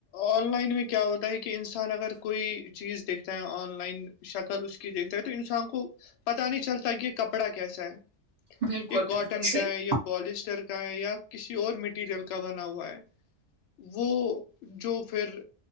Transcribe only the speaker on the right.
بالکل
بالکل صحیح